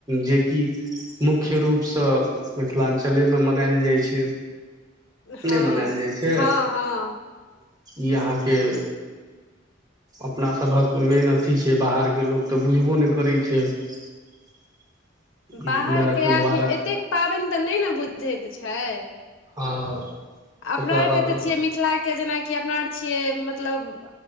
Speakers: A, on the right; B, on the left.
A: जेकि मुख्य मुख्य रूपसँ, मिथिलाञ्चलेमे मनायल जाइ छै।
B: हँ
A: नहि मनायल जाइत छै?
B: हँ हँ।
A: ई अहाँके अपनासभक मेन अथी छै, बाहरके लोक तऽ बुझबो नहि करैत छै। <inaudible>
B: बाहरके
A: नरक नवारा
B: आदमी एतेक पाबनि तऽ नहि ने बुझैत छै।
A: हँ।
B: अपना
A: तकरा
B: आरके
A: बाद
B: तऽ छियै मिथिलाके, जेनाकि अपना आर छियै मतलब।